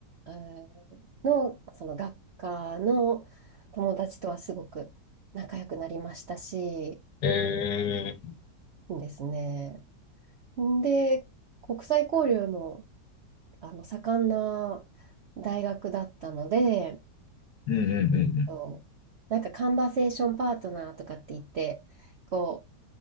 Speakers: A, on the right; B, on the left.
A: えーの、その学科の友達とはすごく仲良くなりましたし、
B: ええ
A: ですね。で、国際交流も、あの、盛んな大学だったので、
B: うんうんうんうん。
A: そうなんかカンバセーションパートナーとかって言って、こ